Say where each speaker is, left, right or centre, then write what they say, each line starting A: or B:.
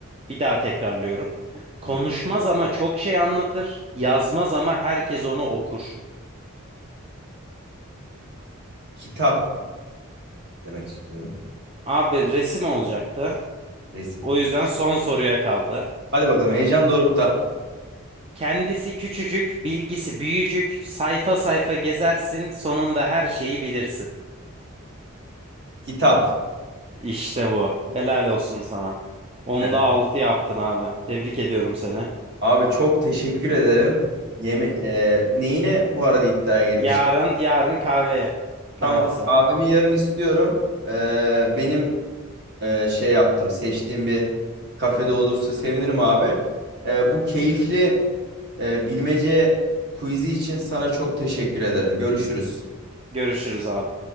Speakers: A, on the right; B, on the right.
A: Bir daha tekrarlıyorum.
B: Tamam.
A: Konuşmaz ama çok şey anlatır. Yazmaz ama herkes onu okur.
B: Kitap demek istiyorum.
A: Abi resim olacaktı.
B: Resim.
A: O yüzden son soruya kaldı.
B: Hadi bakalım heyecan dorukta.
A: Kendisi küçücük, bilgisi büyücük. Sayfa sayfa gezersin, sonunda her şeyi bilirsin.
B: Kitap.
A: İşte bu. Helal olsun sana. Onda
B: Evet.
A: 6 yaptın abi. Tebrik ediyorum seni.
B: Abi çok teşekkür ederim. Yemi e, neyine bu arada iddiaya girmiştim.
A: Yarın yarın kahveye. Kahvesine.
B: Tamam. Abimi yarın istiyorum. E, benim e, şey yaptım. Seçtiğim bir kafede olursa sevinirim abi. E, bu keyifli e, bilmece quiz'i için sana çok teşekkür ederim. Görüşürüz.
A: Görüşürüz abi.